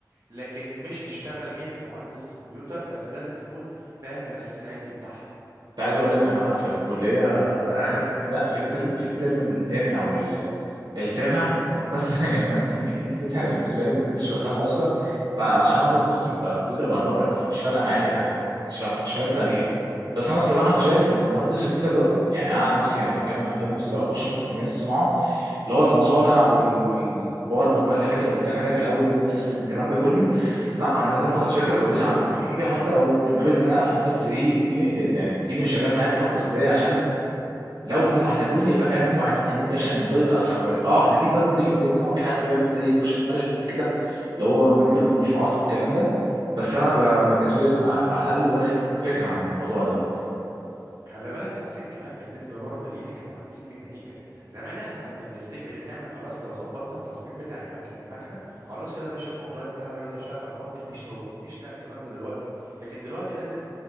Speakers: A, on the right; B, on the right.
A: لكن مش هتشتغل بيها كمهندس كمبيوتر بس لازم تكون فاهم الأساس العلمي بتاعها
B: انت عايز اقول لك انا في في الكليه اخر لا في الترم في الترم الثامن او ال- السابع بس <laughs> هي ماده الميكانيكا دي انا بالنسبه لي ما كنتش بفهمها اصلا فعشان انا كنت قسم كمبيوتر برمجه فمش فارقه معايا ما كنتش ما كنتش مركز عليها بس انا الصراحه انا شايف ان مهندس الكمبيوتر ده يعني انا عن نفسي انا بتكلم عن كده نفسي لو هخش مثلا في مجال الصناعه اللي هو المصانع وال- والبرمج بقى الحاجات اللي قلت لك عليها في الاول دي بيت سيستم الكلام ده كله لا انا لازم اخد فكره كويسه عن الميكانيكا حتى لو من باب ان انا افهم بس ايه التيم يعني التيم اللي شغال معايا بيفكر ازاي عشان لو هم احتاجوني يبقى فاهم هم عايزين يعملوا ايه عشان الموضوع يبقى اسرع كويس اه احنا في تنظيم ما بيننا وفي حد بيعمل زي بروجكت مانجمنت كده اللي هو مدير المشروعات والكلام ده بس انا ب... بالنسبه لي لازم ابقى على الاقل واخد فكره عن الموضوع دوت
A: خلي بالك نفس الكلام بالنسبة برضه لينا كمهندسين ميكانيكا زمان احنا كنا بنفتكر ان احنا خلاص لو ظبطنا التصميم بتاع المك... المكنة خلاص كده يا باشا الموضوع انتهى ويلا شغل حط الفيش هو فيش لا الكلام ده دلوقتي لكن دلوقتي لازم